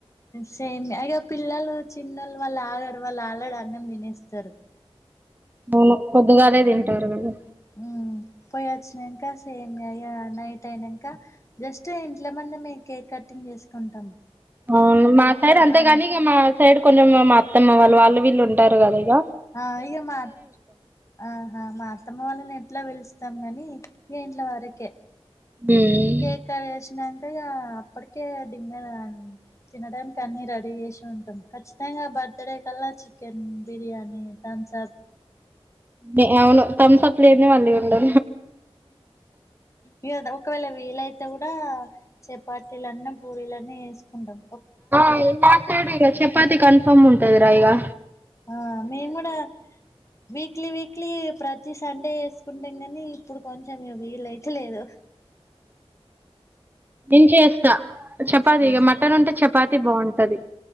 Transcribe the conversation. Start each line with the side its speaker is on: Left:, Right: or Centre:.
Left: సేమ్ ఇగ పిల్లలు చిన్నోళ్ళు వాళ్ళు ఆగరు వాళ్ళు ఆల్రెడీ అన్నం తినేస్తారు
Right: అవును పొద్దిగాలే తింటారు కదా
Left: మ్ పోయి వచ్చినాక సేమ్యా ఇగ నైట్ అయినాక జస్ట్ ఇంట్లో మందమే కేక్ కటింగ్ చేసుకుంటాం
Right: అవును
Left: కేక్
Right: మా సైడ్ అంతేగాని
Left: ఆ
Right: ఇగ మా సైడ్ కొంచెం మ అత్తమ్మ వాళ్ళు వాళ్ళు వీళ్ళు ఉంటారు కదా ఇగ
Left: ఆ ఇగ మా ఆ హా మా అత్తమ్మ వాళ్లని ఎట్లా పిలుస్ స్తం గాని ఇంట్ల వరకే.
Right: ఉమ్.
Left: కేక్ కట్ చేసినంక ఇగా అప్పటి కే డిన్నర్ ఆ తినడానికి అన్ని రెడీ చేసి ఉంటం. ఖచ్చితంగా బర్త్ డే కల్లా చికెన్ బిర్యానీ, తమ్స్అప్
Right: దే అవును థమ్స అప్ లేనిదే మళ్ళీ ఉండదు
Left: ఇగ ఒకవేళ వీలైతే కూడా చపాతీలన్న, పూరీలన్న చేసుకుంటం
Right: ఆ నార్త్ సైడ్ ఇగ చపాతి కన్ఫర్మ్ ఉం టదిరా ఇగా
Left: ఆ మేము కూడ వీక్లీ వీక్లీ ప్రతి సండే చేసుకుంటాం కానీ ఇప్పుడు కొంచం ఇగ వీలు అయితలేదు
Right: దించేస్ త చపాతికి
Left: మ్
Right: మటన్ ఉంటే చప్ పాతి బాగుంటది